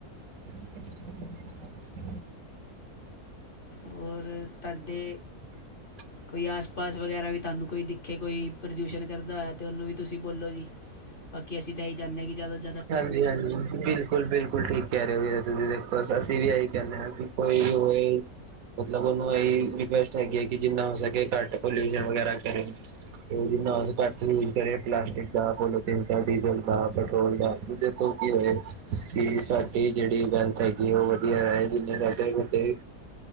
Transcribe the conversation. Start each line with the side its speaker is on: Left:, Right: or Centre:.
Right: <inaudible>
Left: ਔਰ ਤਾਡੇ
Right: <inaudible>
Left: ਕੋਈ ਆਸ ਪਾਸ ਵਗੈਰਾ ਵੀ ਤੁਹਾਨੂੰ ਕੋਈ ਦਿਖੇ ਕੋਈ ਪ੍ਰਦੂਸ਼ਣ ਕਰਦਾ ਹੋਇਆ ਤਾਂ ਉਹਨੂੰ ਵੀ ਤੁਸੀਂ ਬੋਲੋ ਜੀ। ਬਾਕੀ ਅਸੀਂ ਤਾਂ ਇਹ ਚਾਹੁੰਦੇ ਹਾਂ ਕਿ ਜਾਦਾ
Right: ਹਾਂਜੀ-ਹਾਂਜੀ ਬਿਲਕੁਲ-ਬਿਲਕੁਲ ਠੀਕ। ਕਹਿ ਰਹੇ ਹੋ ਤੁਸੀਂ ਦੇਖੋ ਅਸੀਂ ਵੀ ਇਹੀ ਕਹਿੰਦੇ ਹਾਂ ਕਿ ਕੋਈ ਹੋਏ ਮਤਲਬ ਉਹਨੂੰ ਇਹੀ ਰਿਕੁਐਸਟ ਹੈਗੀ ਹੈ ਕਿ ਜਿੰਨਾ ਹੋ ਸਕੇ ਘੱਟ ਪੋਲਿਊ ਵਗੈਰਾ ਕਰੇ। ਜਿੰਨਾ ਹੋ ਸਕੇ ਘੱਟ ਯੂਜ ਕਰੇ ਪਲਾਸਟਿਕ ਦਾ, ਪੋਲੀਥਨ ਦਾ, ਡੀਜ਼ਲ ਦਾ, ਪੈਟਰੋਲ ਦਾ। <unintelligible> ਕੀ ਹੋਏ। ਕਿ ਸਾਡੀ ਜਿਹੜੀ ਬਲਥ ਹੈਗੀ ਉਹ ਵਧੀਆ ਰਹੇ ਜਿੰਨੇ ਸਾਡੇ ਵੱਡੇ